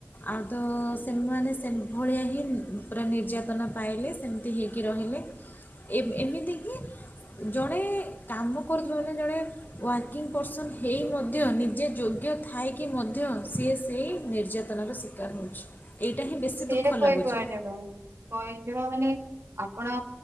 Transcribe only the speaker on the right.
ସେଇଟା
କହି କୁହାଯିବ କହିଯିବା ମାନେ ଆପଣ